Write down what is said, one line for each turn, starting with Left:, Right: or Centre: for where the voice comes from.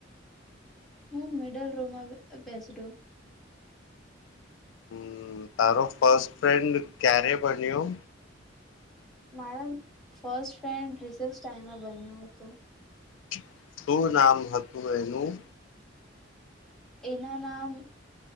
Centre: હું મિડલ રૂમાં બેસડો.
Left: હમ તારો ફસ્ટ ફ્રેન્ડ ક્યારે બન્યો.
Centre: મારા ફર્સ્ટ ફ્રેન્ડ રિસેસ ટાઈમમાં બન્યો હતો.
Left: <inaudible> શું નામ હતું એનું.
Centre: એના નામ